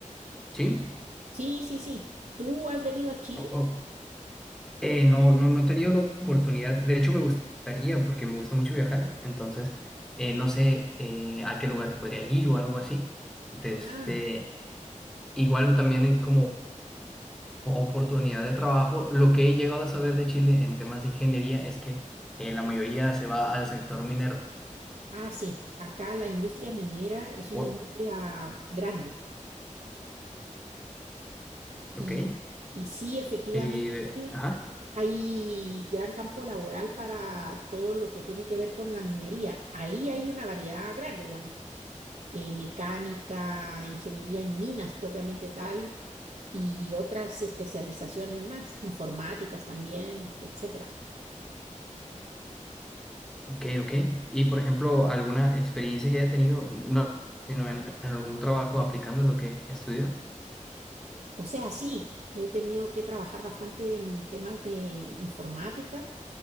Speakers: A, in the centre; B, on the right.
A: Sí.
B: Sí, sí, sí. ¿Tú has venido a Chile?
A: O- o- eh, no, no, no he tenido la oportunidad. De hecho, me gustaría, porque me gusta mucho viajar. Entonces, eh, no sé eh, a qué lugares podría ir o algo así. De
B: Ah,
A: este. Igual también en- como oportunidad de trabajo. Lo que he llegado a saber de Chile en temas de ingeniería es que eh, la mayoría se va al sector minero.
B: ah, sí. Acá la industria minera es una
A: O-
B: industria grande
A: ok.
B: y, y sí, efectivamente.
A: Y de- ajá,
B: Hay gran campo laboral para todo lo que tiene que ver con la minería. Ahí hay una variedad grande, digamos, eh, mecánica, ingeniería en minas propiamente tal y otras especializaciones más, informáticas también, etcétera.
A: ok, ok. Y por ejemplo, alguna experiencia que haya tenido, no, sino en, en algún trabajo aplicando lo que estudió.
B: O sea, sí, he tenido que trabajar bastante en temas de informática